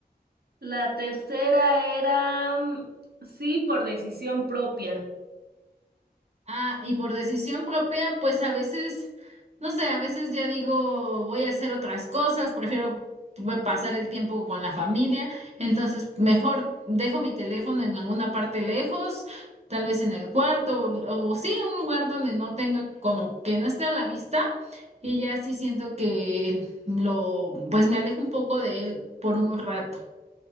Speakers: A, on the right; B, on the right.
A: La tercera era mm, sí, por decisión propia.
B: Ah, y por decisión propia, pues a veces, no sé, a veces ya digo, voy a hacer otras cosas, prefiero p- pasar el tiempo con la familia, entonces mejor dejo mi teléfono en alguna parte lejos, tal vez en el cuarto, o, o sí, en un lugar donde no tenga, como que no esté a la vista, y ya sí siento que lo, pues me alejo un poco de él por un rato.